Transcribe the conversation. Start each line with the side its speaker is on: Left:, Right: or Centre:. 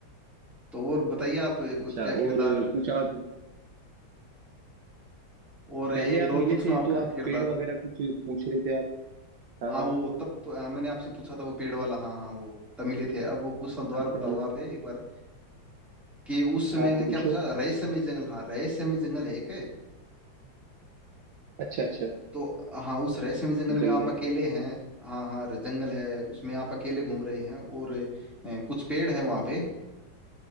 Centre: तो और बताइए आप
Right: अच्छा
Centre: कुछ क्या
Right: और
Centre: किरदार
Right: कुछ आप
Centre: और
Right: पहले
Centre: एक
Right: आप
Centre: दो
Right: मिले
Centre: और पूछूं
Right: थे
Centre: आपका
Right: तो आप
Centre: किरदार
Right: पेड़ वगैरह कुछ पूछ रहे थे आप हाँ
Centre: हाँ
Right: हाँ
Centre: वो तब आ, मैंने आपसे पूछा था वो पेड़ वाला हाँ हाँ वो तब मिले थे अब वो पूछता हूँ दोबारा
Right: आप
Centre: बताओ
Right: पहले
Centre: आप एक बार कि उस समय
Right: हाँ
Centre: में
Right: पूछो
Centre: क्या पूछा रहस्यमय जंगल हाँ रहस्यमय जंगल है क्या
Right: अच्छा अच्छा
Centre: तो हाँ उस रहस्यमय जंगल में
Right: जंगल
Centre: आप अकेले
Right: है
Centre: हैं हाँ हाँ जंगल है उसमें आप अकेले घूम रहे हैं और अ, कुछ पेड़ हैं वहाँ पे